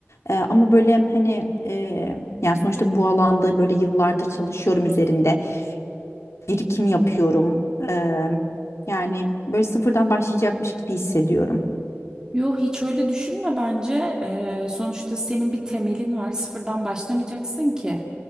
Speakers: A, on the left; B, on the right.
A: Eee, ama böyle hani eee, yani sonuçta bu alanda böyle yıllardır çalışıyorum üzerinde. birikim yapıyorum. Eee, yani böyle sıfırdan başlayacakmış gibi hissediyorum.
B: Yo hiç öyle düşünme bence. Eee, sonuçta senin bir temelin var. Sıfırdan başlamayacaksın ki.